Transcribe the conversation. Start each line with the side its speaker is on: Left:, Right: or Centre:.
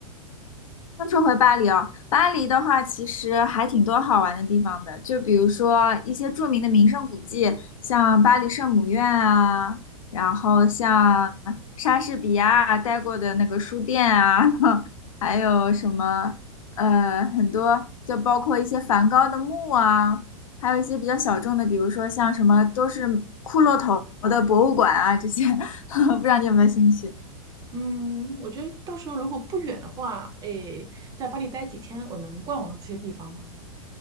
Left: 那说回巴黎哦，巴黎的话其实还挺多好玩的地方的，就比如说一些著名的名胜古迹，像巴黎圣母院啊，然后像莎士比亚待过的那个书店啊，<laughs> 还有什么呃很多，就包括一些梵高的墓啊，还有一些比较小众的，比如说像什么都是骷髅头的博物馆啊这些，<laughs> 不知道你有没有兴趣？
Right: 嗯，我觉得到时候如果不远的话，诶，在巴黎待几天，我能逛完这些地方吗？